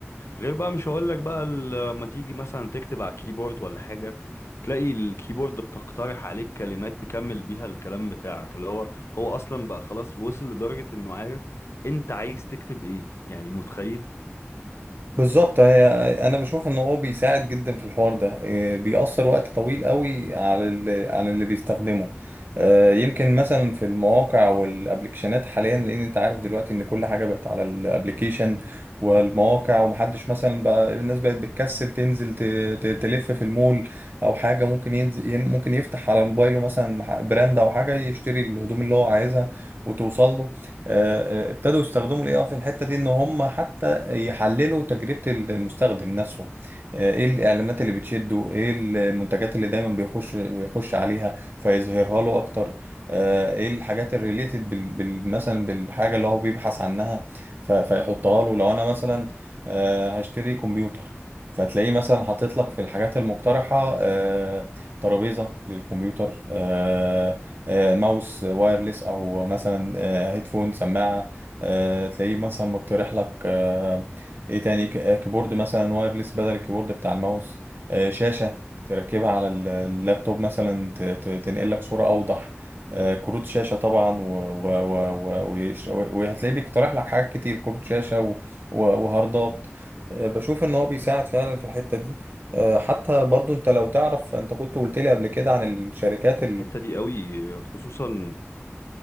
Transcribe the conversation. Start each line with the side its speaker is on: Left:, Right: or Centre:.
Left: غير بقى مش هقولك بقى ال- لما تيجي مثلا تكتب على كيبورد ولا حاجة تلاقي الكيبورد بتقترح عليك كلمات تكمل بيها الكلام بتاعك اللي هو هو اصلا بقى خلاص وصل لدرجة انه عارف انت عايز تكتب ايه يعني متخيل
Right: بالظبط هي انا بشوف ان هو بيساعد جدا في الحوار ده إيه، بيأثر وقت طويل قوي على اللي على اللي بيستخدمه آه، يمكن مثلا في المواقع والابلكيشنات حاليا لان انت عارف دلوقتي ان كل حاجه بقت على الابلكيشن والمواقع ومحدش مثلا بقى الناس بقت بتكسل تنزل ت- ت- تلف في المول او حاجه ممكن ينزل ممكن يفتح على موبايله مثلا مح- براند او حاجه يشتري الهدوم اللي هو عايزها وتوصل له آه، آه، ابتدوا يستخدموا الاي اي في الحته دي ان هم حتى يحللوا تجربة المستخدم نفسه آه، ايه الاعلانات اللي بتشده ايه المنتجات اللي دايما بيخش بيخش عليها فيظهرها له اكتر آه، ايه الحاجات الريليتد بال بال- مثلا بالحاجة اللي هو بيبحث عنها ف- فيحطها له لو انا مثلا آه، هشتري كمبيوتر فتلاقيه مثلا حاطط لك في الحاجات المقترحة آه، ترابيزة للكمبيوتر آه، آه، ماوس وايرلس او مثلا آه، هيدفون سماعة آه، تلاقيه مثلا مقترح لك آه، ايه تاني ك- آه، كيبورد مثلا وايرلس بدل الكيبورد بتاع الماوس آه، شاشة تركبها على ال- اللابتوب مثلا ت- ت- تنقل لك صورة أوضح آه، كروت شاشة طبعا و- و- و- و- ويش- وهتلاقيه بيقترح لك حاجات كتير كروت شاشة و- و- وهاردات آه، بشوف ان هو بيساعد فعلا في الحتة دي آه، حتى برضو انت لو تعرف انت كنت قلت لي قبل كده عن الشركات
Left: الحتة دي قوي خصوصا